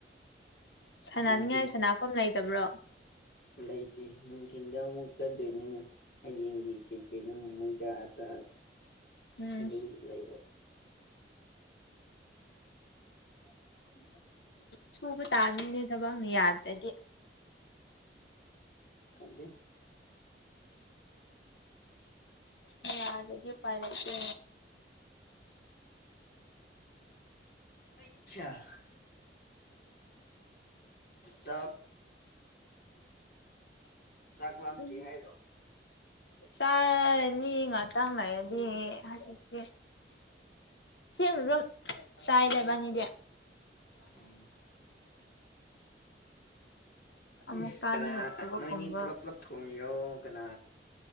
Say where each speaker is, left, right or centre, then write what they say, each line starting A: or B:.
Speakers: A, on the left; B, on the left.
A: ꯁꯥꯟꯅꯅꯤꯡꯉꯥꯏ
B: ꯅꯨꯡꯊꯤꯟ
A: ꯁꯅꯐꯝ ꯂꯩꯇꯕ꯭ꯔꯣ
B: ꯂꯩꯇꯦ ꯅꯨꯡꯊꯤꯟꯗ ꯑꯃꯨꯛ ꯆꯠꯇꯣꯏꯅꯤꯅꯦ ꯍꯌꯦꯡꯒꯤ ꯀꯩ ꯀꯩꯅꯣ ꯃꯣꯏꯗꯥ ꯑꯇꯥ
A: ꯎꯝ
B: ꯑꯗꯨ ꯂꯩꯕ ꯑ ꯊꯦ <inaudible>
A: ꯁꯨꯕ ꯇꯥꯕꯅꯤꯅꯦ ꯊꯕꯛꯅ ꯌꯥꯗ꯭ꯔꯗꯤ
B: ꯈꯪꯗꯦ
A: ꯌꯥꯗꯗꯤ <inaudible> ꯎꯄꯥꯏ ꯂꯩꯇꯦ
B: ꯑꯆꯥ <inaudible> ꯆꯥꯛ ꯆꯥꯛ ꯂꯥꯝꯗꯔꯤ
A: ꯎꯝ
B: ꯍꯥꯢꯔꯣ
A: ꯆꯥꯔꯅꯤ ꯉꯥꯛꯇꯪ ꯂꯩꯔꯗꯤ ꯍꯧꯖꯤꯛꯇꯤ ꯊꯦꯡꯅ ꯑꯗꯨꯝ ꯆꯥꯢꯗ ꯅꯕꯥꯟꯅꯤꯗꯤ
B: ꯎꯝ
A: ꯑꯃꯨꯛ
B: <inaudible>
A: ꯆꯥꯅꯤꯡꯉꯛꯇꯕꯒꯨꯝꯕ
B: ꯀꯅꯥ ꯅꯣꯏꯅꯤ ꯄꯨꯂꯞ ꯄꯨꯂꯞ ꯊꯣꯡꯉꯤꯔꯣ ꯀꯅꯥ